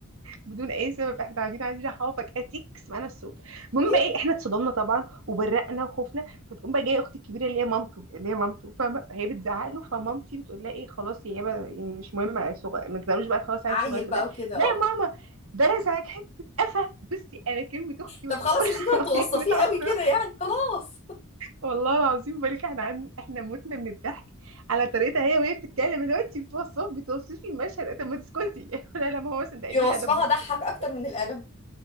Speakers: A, on the right; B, on the left.
A: بدون اي سبب احنا قاعدين عايزين احافظك اتيك سمعنا الصوت المهم
B: ليه
A: بقى ايه احنا اتصدمنا طبعا وبرقنا وخفنا فتقوم بقى جايه اختي الكبيره اللي هي مامته اللي هي مامته فاهمه هي بتزعق له فمامتي بتقول لها ايه خلاص يا هبه يعني مش مهم صغير ما تزعلوش بقى خلاص عيل
B: عيل
A: صغير تقول
B: بقى
A: لها
B: وكده
A: لا
B: اه
A: يا ماما ده رزعك حته قفا بصي انا كلمه اختي
B: طب
A: وهي
B: خلاص
A: بتقول
B: يا جديد
A: <laughs>
B: توصفيه
A: وهي متعصبه
B: قوي كده يعني خلاص
A: والله العظيم بالك احنا قعدنا- احنا متنا من الضحك على طريقتها هي وهي بتتكلم اللي هو انت بتوصف بتوصفي المشهد طب ما تسكتي <laughs> لا لا ماما مثلا ده قليل
B: هي وصفها
A: ادب واسكتي
B: ضحك اكتر من القلم